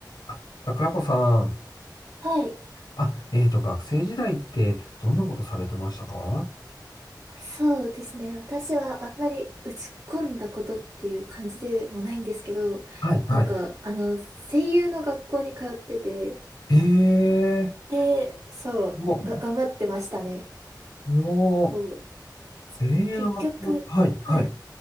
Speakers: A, on the left; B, on the right.
A: あ、桜子さん。
B: はい。
A: あ、えーと、学生時代ってどんなことされてましたか
B: そうですね。私はあんまり打ち込んだことっていう感じでもないんですけど、
A: はい、はい。
B: なんか、あの、声優の学校に通ってて、
A: ええ
B: で、そう、
A: ー、お、
B: が、頑張ってましたね。
A: すごい。
B: そう、
A: 声優の学校、
B: 結局、
A: はい、はい。
B: はい。